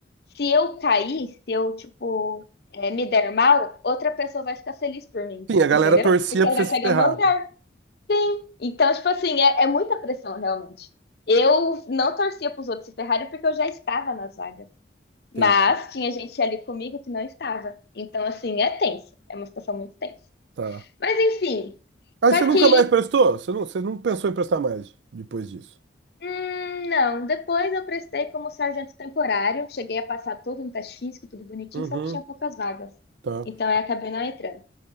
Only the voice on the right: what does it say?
Sim, a galera
torcia
pra você
se
ferrar.
né?
Entendi.
Tá.
Aí
você nunca
mais prestou? Você não, você não pensou em prestar mais depois disso?
Uhum,
tá.